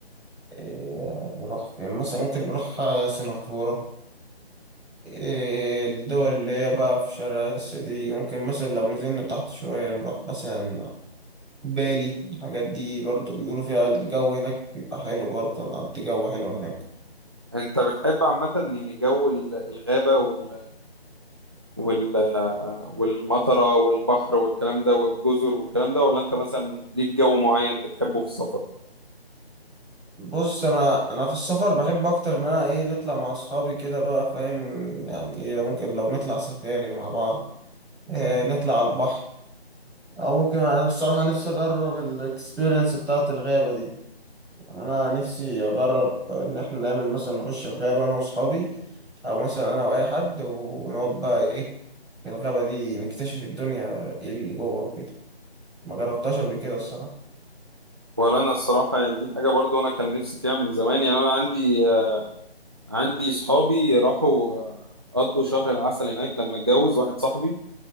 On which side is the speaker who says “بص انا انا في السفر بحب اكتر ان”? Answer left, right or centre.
Centre